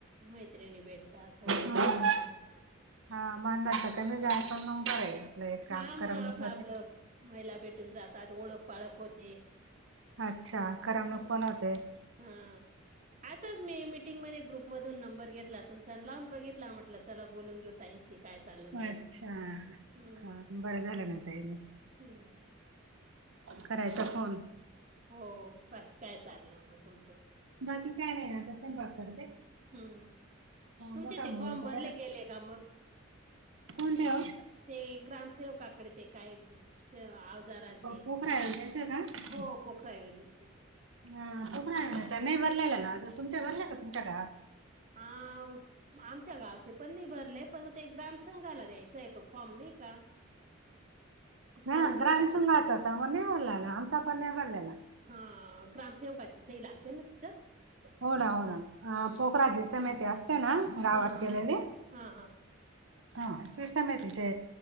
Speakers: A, on the right (about 40°); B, on the right (about 75°).
A: मैत्रिणी भेटता सर्व
B: हम्म.
A: टाइमपास होऊन जात.
B: हा मानधन कमी जाल पण मग बर आपलं एक
A: हा
B: काम
A: मग
B: कराक
A: आपलं आपलं
B: होते.
A: महिला भेटून जातात ओळख पाळख होते
B: अच्छा करमणूक
A: ह.
B: पण होते
A: हा असंच मी मिीटिंग मध्ये ग्रुप मधून नंबर घेतला तून स लावून बघित म्हटलं चला बोलून घेउन. ताईंशी काय चाललं
B: अच्छा
A: ताईंशी, हम्म
B: हा बरं झालं ना ताई मग
A: हम्म
B: करायचा
A: बा
B: फोन.
A: हो बाकी काय चाललं मग. तुमचं
B: बाकी काय नाही आता स्वयंपाक करते.
A: हम्म तुमचे
B: मोठा
A: ते
B: मुलगाच
A: फॉर्म भरले
B: काय
A: गेले का मग.
B: कोणते ओ!
A: ते ग्रामसेवकाकडे ते काय आवजारांचे
B: कोक रायोजयचं का.
A: हो पोखरा योजनेची.
B: हा पोखरा योजनेचा नाही भरलेला ना तुमच्या गावात भरलाय का तुमच्याक
A: हा आमच्या गावचे पण नाही भरलेय पण मग ते ग्रामसंघाला द्यायचा आहे तो फॉर्म नाही का. तिकडं
B: ह
A: भरले
B: ग्राम
A: का तुमच्या
B: संघाचा तर मग नि भरलेला आमचा पण नाही भरलेला.
A: हा ग्रामसेवकाची सही लागते ना तिथं.
B: हो ना हो ना
A: हम्म
B: पोखराजी समिती असते ना गावात
A: हा हा
B: केलेली
A: हा हा
B: हा तु समतीचे